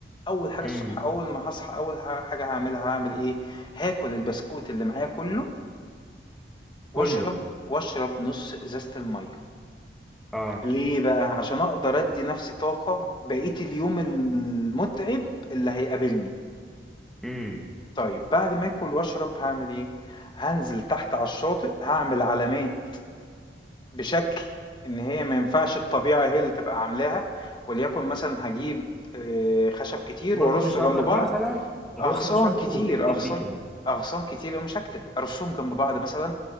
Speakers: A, on the left; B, in the centre.
A: أول حاجة
B: امم
A: الصبح أول ما هاصحى أول ح حاجة هاعملها هاعمل إيه، هاكل البسكوت اللي معايا كُلّه
B: كله
A: وأشرب وأشرب نُص إزازة المَيّة.
B: اه
A: ليه بقى؟ عشان أقدر أدّي نَفْسي طاقة بقية اليوم المُتعب اللي هيقابلني.
B: امم
A: طيب بعد ما آكل وأشرب هاعمل إيه، هانزل تحت على الشاطئ هاعمل علامات بشكل إن هي ما ينفعش الطبيعة هي اللي تبقى عاملاها وليكن مثلًا هاجيب آآ خشب كتير
B: غصن
A: وأرصه
B: شجر
A: جنب بعض،
B: مثلا غصن
A: أغصان
B: شجر
A: كتير،
B: وتكتب
A: أغصان
B: بيه كده
A: أغصان كتير مش هاكتب، أرصهم جنب بعض مثلًا